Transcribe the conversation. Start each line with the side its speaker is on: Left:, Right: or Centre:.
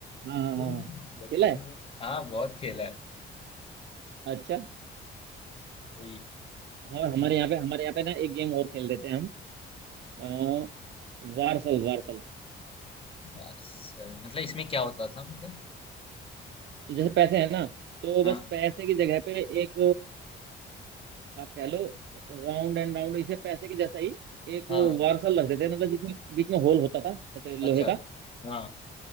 Right: हाँ हाँ
Left: वो
Right: हाँ, हाँ।
Left: भी बचपन
Right: खेला है
Left: में हाँ बहुत खेला है
Right: अच्छा
Left: वही,
Right: हाँ हमारे यहाँ पे हमारे यहाँ पे ना एक गेम और खेल देते हैं हम अ, वारसल वारसल
Left: बस मतलब इसमें क्या होता था मतलब
Right: तो जैसे पैसे हैं ना तो
Left: हाँ
Right: बस पैसे की जगह पे एक अ, आप कह लो राउंड एंड राउंड इसे पैसे के जैसा ही एक
Left: हाँ
Right: वारसल रख देते हैं मतलब जिसमें बीच में होल होता था जैसे लोहे
Left: अच्छा
Right: का
Left: हाँ